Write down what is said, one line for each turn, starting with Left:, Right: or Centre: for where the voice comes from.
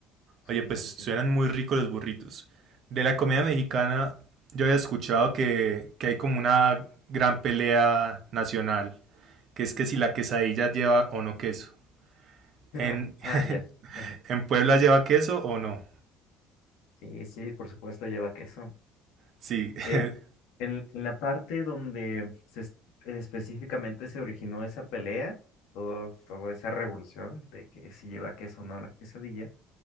Left: Sí,
Right: Oye, pues
Left: sí,
Right: suenan
Left: sí.
Right: muy ricos los burritos. De la comida mexicana, yo había escuchado que, que hay como una gran pelea nacional, que es que si la quesadilla lleva o no queso.
Left: <laughs>
Right: ¿En,
Left: Ah,
Right: <laughs>
Left: ya. Ajá.
Right: en Puebla
Left: Sí, sí.
Right: lleva queso o no?
Left: Sí, sí, por supuesto lleva queso.
Right: Sí. <laughs>
Left: Eh, en, en la parte donde se es- específicamente se originó esa pelea, todo, toda esa revolución de que si lleva queso o no la quesadilla,